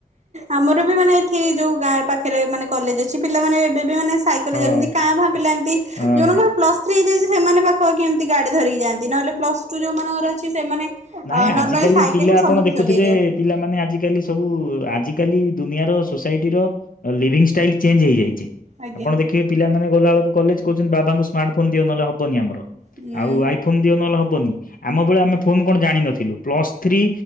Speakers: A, on the right; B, on the left.
A: ଆମର ବି ମାନେ ଏଠି ଯୋଉ ଗାଁ ପାଖରେ ମାନେ କଲେଜ ଅଛି ପିଲାମାନେେ ଏବେ ବି ମାନେ ସାଇକେଲରେ
B: ହଁ।
A: ଯାଉଛନ୍ତି କାଁ ଭା ପିଲାନ୍ତି
B: ହଁ।
A: ଯୋଉ ମଙ୍କର ପ୍ଲସଥ୍ରୀ ହେଇଯାଇଛି ସେମାନେ ପାଖାପାଖି କେମିତି ଗାଡି ଧରିକି ଯାଆନ୍ତି। ନହେଲେ ପ୍ଲସଟୁ ଯୋଉ ମାନଙ୍କର ଅଛି ସେମାନେ
B: ନାଇଁ ଆଜିକାଲି
A: ନର୍ମାଲି ସାଇକେଲ
B: ପିଲା
A: ହିଁ
B: ଆପଣ
A: ସମସ୍ତେ
B: ଦେଖୁଥିବେ
A: ଚଲେଇ ଯାଉଛନ୍ତି।
B: ପିଲାମାନେ ଆଜିିକାଲି ସବୁ ଆଜିିକାଲି ଦୁନିଆର ସୋସାଇଟି ର ଲିଭିଙ୍ଗ ଷ୍ଟାଇଲ ଚେଞ୍ଜ ହେଇଯାଇଛି।
A: ଆଜ୍ଞା
B: ଆପଣ ଦେଖିବେ ପିଲା ମାନେ ଗଲାବେକୁ କଲେଜ କହୁଛନ୍ତି ବାବାଙ୍କୁ ସ୍ମାର୍ଟଫୋନ ଦିଅ ନହେଲେ ହବନି ଆମର।
A: ହୁଁ
B: ଆଉ ଆଇ ଫୋନ ଦିଅ ନହେଲେ ହବନି। ଆମବେଳେ ଆମେ ଫୋନ କଣ ଜାଣିିନଥିଲୁ ପ୍ଲସ୍ଥ୍ରୀ